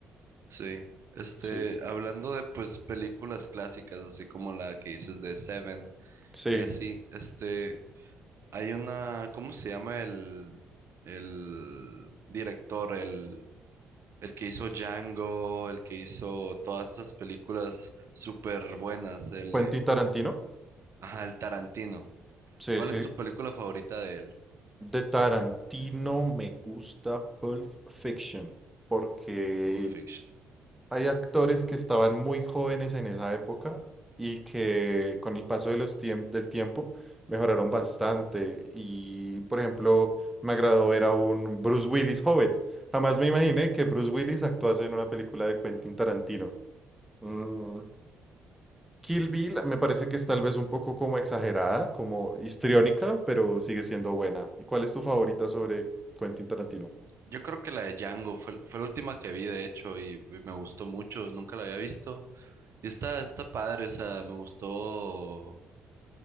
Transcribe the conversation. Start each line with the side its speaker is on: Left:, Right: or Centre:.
Right: sí. Este,
Centre: Sí, es-
Right: hablando de pues películas clásicas, así como la que dices de Seven
Centre: sí.
Right: y así, este, hay una, ¿cómo se llama el, el director, el, el que hizo Django, el que hizo todas esas películas súper buenas, el,
Centre: Quentin Tarantino.
Right: ajá, el Tarantino.
Centre: Sí,
Right: ¿Cuál
Centre: sí.
Right: es tu película favorita de él?
Centre: De Tarantino me gusta Pulp Fiction porque
Right: Pulp Fiction.
Centre: Hay actores que estaban muy jóvenes en esa época y que con el paso de los tiemp- del tiempo mejoraron bastante. Y, por ejemplo, me agradó ver a un Bruce Willis joven. Jamás me imaginé que Bruce Willis actuase en una película de Quentin Tarantino. Mm, Kill Bill me parece que es tal vez un poco como exagerada, como histriónica, pero sigue siendo buena. ¿Y cuál es tu favorita sobre Quentin Tarantino?
Right: Yo creo que la de Django fue, fue la última que vi, de hecho, y, y me gustó mucho, nunca la había visto. Y está, está padre, o sea, me gustó,